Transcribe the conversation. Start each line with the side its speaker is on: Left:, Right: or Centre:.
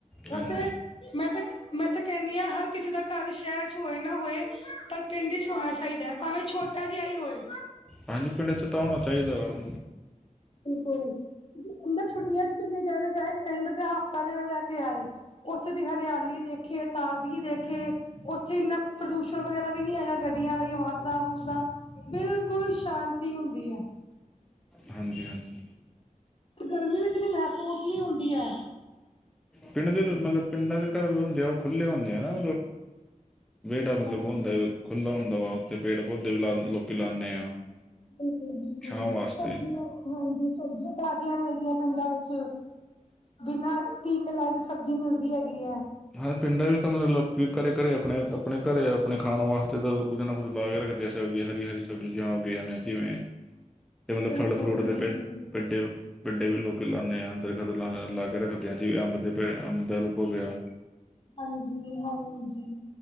Left: ਵੈਸੇ
Centre: ਹਾਂਜੀ
Left: ਮੈਂ ਤੇ ਮੈਂ ਤੇ ਕੈਨੀ ਆਂ, ਹਰ ਕਿਸੀ ਦਾ ਘਰ ਸ਼ੈਰ 'ਚ ਹੋਏ ਨਾ ਹੋਏ ਪਰ ਪਿੰਡ 'ਚ ਹੋਣਾ ਚਾਈਦਾ, ਭਾਵੇਂ ਛੋਟਾ ਜਿਆ ਈ ਹੋਏ।
Centre: ਹਾਂਜੀ ਪਿੰਡ 'ਚ ਤਾਂ ਹੋਣਾ ਚਾਈਦਾ ਵਾ।
Left: ਬਿਲਕੁਲ, ਬੰਦਾ ਛੁੱਟੀਆਂ 'ਚ ਕਿਧਰੇ ਜਾਏ ਨਾ ਜਾਏ ਪਿੰਡ ਫੇਰ ਹਫ਼ਤਾ ਚਲੋ ਰੈ ਕੇ ਆਏ। ਉਸ ਦੀ ਹਰਿਆਲੀ ਦੇਖੀ ਏ, ਤਾਜ਼ਗੀ ਦੇਖੇ। ਉੱਥੇ ਇੰਨਾ ਪੋਲੂਸ਼ਨ ਵਗੈਰਾ ਵੀ ਨਹੀਂ ਹੈਗਾ। ਗੱਡੀਆਂ ਦੀ ਆਵਾਜ਼ਾਂ ਅਵੁਜ਼ਾਂ ਬਿਲਕੁਲ ਸ਼ਾਂਤੀ ਹੁੰਦੀ ਏ।
Centre: ਹਾਂਜੀ ਹਾਂਜੀ।
Left: ਗਰਮੀ ਵੀ ਇਤਨੀ ਮਹਿਸੂਸ ਨਹੀਂ ਹੁੰਦੀ ਐ।
Centre: ਪਿੰਡ ਦੇ ਮਤਲਬ ਪਿੰਡਾ ਦੇ ਘਰ ਹੁੰਦੇ ਆ ਉਹ ਖੁੱਲ੍ਹੇ ਹੁੰਦੇ ਆ ਨਾ ਵਿਹੜਾ
Left: ਹਾਂਜੀ
Centre: ਮਤਲਬ ਹੁੰਦਾ ਖੁੱਲ੍ਹਾ ਹੁੰਦਾ ਵਾ, ਉੱਥੇ ਪੇੜ ਪੌਧੇ ਵੀ ਲਾ ਲੋਕੀ ਲਾਨੇ ਆ।
Left: ਬਿਲਕੁਲ ਬਿਲਕੁਲ।
Centre: ਛਾਂ ਵਾਸਤੇ
Left: ਸਬਜ਼ੀਆਂ ਹਾਂਜੀ। ਸਬਜ਼ੀਆਂ ਤਾਜ਼ੀਆਂ ਮਿਲਦੀਆਂ ਪਿੰਡਾਂ ਵਿੱਚ ਬਿਨਾਂ ਟੀਕੇ ਲਾਏ। ਸਬਜ਼ੀ ਮਿਲਦੀ ਹੈਗੀ ਐ।
Centre: ਹਰ ਪਿੰਡਾਂ ਵਿੱਚ ਤਾਂ ਮਤਲਬ ਲੋਕੀ ਘਰੇ-ਘਰੇ ਆਪਣੇ-ਆਪਣੇ ਘਰੇ ਆਪਣੇ ਖਾਣ ਵਾਸਤੇ ਤਾਂ ਕੁਛ ਨਾ ਕੁਛ ਲਾਕੇ ਰੱਖਦੇ ਸਬਜ਼ੀ ਹਰੀ-ਹਰੀ ਸਬਜਿਆਂ ਵੀ ਹੈਨਾ ਜਿਵੇਂ
Left: <inaudible>
Centre: ਤੇ ਮਤਲਬ ਫਲ-ਫਰੂਟ
Left: ਬਿਲਕੁਲ
Centre: ਦੇ ਤੇ ਵੱਡੇ ਵੱਡੇ ਵੀ ਲੋਕ ਲਾਨੇ ਆ ਦਰਖ਼ਤ ਲਾ ਕੇ ਰੱਖਦੇ ਆਂ ਜਿਵੇਂ ਅੰਬ ਦੇ ਪ ਅੰਬ ਦਾ ਰੁੱਖ ਹੋ ਗਿਆ।
Left: ਹਾਂਜੀ, ਹਾਂਜੀ